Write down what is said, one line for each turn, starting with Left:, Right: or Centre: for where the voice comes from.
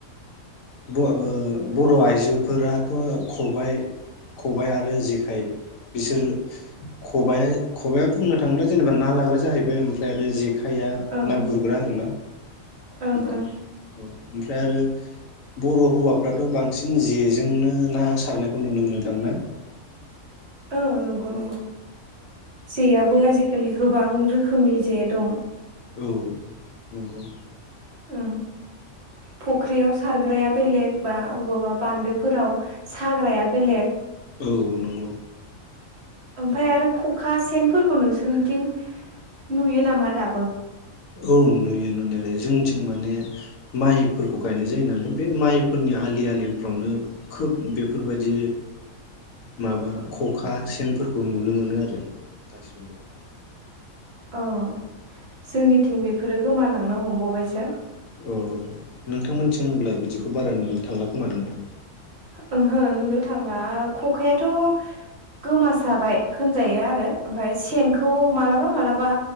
Left: ब' ओ बर' आइजोफोराथ' खबाइ खबाय आरो जेखाइ बिसोर खबायआ खबाइआ बुंनो थाङोब्ला जेनेबा ना लाग्रा जाहैबाय ओमफ्राय आरो जे खाया
Right: ओं
Left: ना
Right: ओं
Left: गुरग्रा <unintelligible>
Right: ओं
Left: बिदि
Right: ओं
Left: औ। ओमफ्राय आरो बर' हौवाफ्राथ' बांसिन जेजोंनो ना सारनायखौ नुनो मोनोदांना?
Right: औ नंगौ नंगौ। जेयाबो आजि खालि गोबां रोखोमनि जे दं।
Left: औ नंगौ।
Right: उम फुख्रियाव सारग्राया बेलेग बा अबावबा बान्दोफोराव साग्राया बेलेग।
Left: औ नंगौ।
Right: ओमफ्राय आरो खखा सेनफोरखौ नोंसोरनिथिं नुयो नामा दाबो?
Left: औ नुयो नुनायालाय जोंनिथिं माने माइफोरखौ गायनाय जायो नालाय। बे माइफोरनि आलि आलिफ्रावनो खोब बेफोरबायदि माबा खखा सेनफोरखौ नुनो मोनो आरो दासिमबो।
Right: औ जोंनिथिं बेफोरो गोमालांनो हमबावबायसो।
Left: अ' नोंथांमोनिथिं होनब्ला बिदिखौ बारा नुनो थांला खोमादां ना?
Right: ओंहो नुनो थांला खखायाथ' गोमासाबाय होनजायो आरो ओमफ्राय सेनखौ मालाबा मालाबा